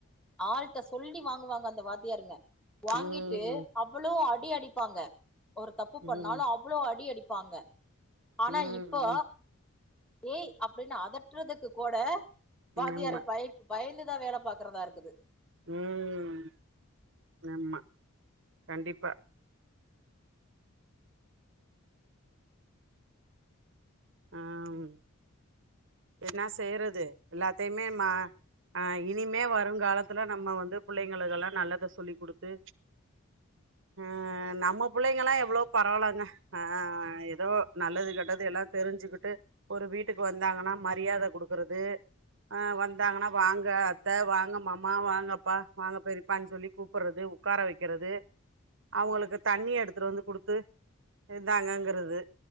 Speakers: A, in the centre; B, on the right.
A: ஆள்ட்ட சொல்லி வாங்குவாங்க அந்த வாத்தியாருங்க வாங்கிட்டு
B: ம்
A: அவ்வளோ அ அடி அடிப்பாங்க ஒரு தப்பு
B: ம்
A: பண்ணாலு அவ்ளோ அடி அடிப் ப்பாங்க ஆனா
B: ம்
A: இப்ப ஏய் அப்டின்னு அதட்றதுக்கு கூட வாத்தியாரு
B: ம் ஆமா
A: பய பயந்துதா வேல பாக்றதா இருக்குது
B: ம் ஆமா கண்டிப்பா ஆம் என்னா செய்யறது எல்லாத்தையுமே மா ஆ இனிமே வருங்காலத்ததுல நம்ம வந்து புள்ளைங்களுக்குல்லா நல்லத சொல்லிக் குடுத்து ஆ நம்ம புள்ளைங்கலா எவ்ளோ பரவலாங்க ஆ ஏதோ நல்லது கெட்டது எல்லா தெரிஞ்சுக்கிட்டு ஒரு வீட்டுக்கு வந்தாங்கன்னா ரியாத குடுக்றது ஆ
A: ம்
B: வந்தாங்கன்னா வாங்க அத்த வாங்க மாமா வாங்கப்பா வாங்க பெரிப்பான் சொல்லி கூப்புட்றது ஒக்கார வக்கிறது
A: ம்
B: அவங்களுக்கு தண்ணி எடுத்துட்டு வந்து குடுத்து இந்தாங்கங்கிறது
A: ம்